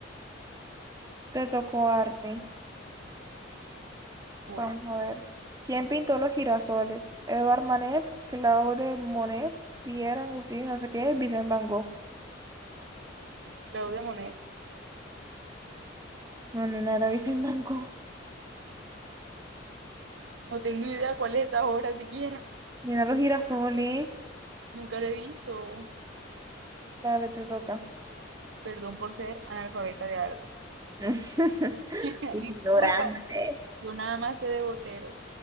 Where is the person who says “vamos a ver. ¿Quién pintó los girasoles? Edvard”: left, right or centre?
Right